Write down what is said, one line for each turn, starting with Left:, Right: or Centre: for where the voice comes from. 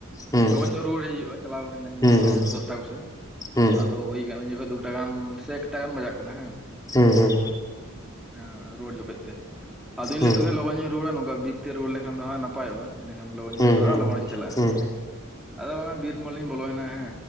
Left: ᱦᱩᱸ
Centre: ᱞᱚᱜᱚᱱ ᱧᱚᱜ ᱨᱩᱣᱟᱹᱲ ᱦᱮᱡ ᱦᱩᱭᱩᱜᱼᱟ ᱪᱟᱞᱟᱣ ᱟᱠᱟᱹᱱᱟᱧ ᱤᱧ
Left: ᱦᱩᱸ
Centre: ᱦᱚᱸ ᱢᱟᱱᱮ
Left: ᱦᱩᱸ
Centre: ᱫᱚᱥᱴᱟ ᱠᱚᱥᱮᱱ
Left: ᱦᱩᱸ
Centre: ᱟᱫᱚᱼᱼ ᱦᱩᱭ ᱟᱠᱟᱱᱟ ᱩᱱ ᱡᱚᱠᱷᱚᱡ ᱫᱩᱴᱟ ᱜᱟᱱ, ᱥᱮ ᱮᱠᱴᱟ ᱜᱟᱱ ᱵᱟᱡᱟᱜ ᱠᱟᱱᱟ ᱦᱮᱸ ᱾
Left: ᱦᱩᱸ ᱦᱩᱸ
Centre: ᱦᱮᱸ ᱨᱩᱣᱟᱹᱲ ᱡᱚᱠᱷᱮᱡ ᱛᱮ, ᱟᱫᱚᱧ
Left: ᱦᱩᱸ
Centre: ᱞᱟᱹᱭ ᱛᱟᱦᱚᱞᱮ ᱞᱚᱜᱚᱱᱤᱧ ᱨᱩᱣᱟᱹᱲᱟ ᱱᱚᱝᱠᱟ ᱵᱤᱨ ᱛᱮ ᱨᱩᱣᱟᱹᱲ ᱞᱮᱠᱷᱟᱱ ᱫᱚ ᱦᱟᱸᱜ ᱱᱟᱼᱼ ᱱᱟᱯᱟᱭᱚᱜᱼᱟ, ᱤᱸᱰᱮᱠᱷᱟᱱ ᱞᱚᱜᱚᱱᱤᱧ
Left: ᱦᱩᱸ
Centre: ᱥᱮᱴᱮᱨᱚᱜᱼᱟ ᱟᱨ ᱞᱚᱜᱚᱱᱤᱧ
Left: ᱦᱩᱸ ᱦᱩᱸ ᱦᱩᱸ ᱦᱩᱸ
Centre: ᱪᱟᱞᱟᱜᱼᱟ
Left: ᱦᱩᱸ
Centre: ᱾ ᱟᱫᱚ ᱚᱱᱟ ᱵᱤᱨ ᱢᱟᱞᱤᱧ ᱵᱚᱞᱚᱭᱮᱱᱟ ᱦᱮᱸ,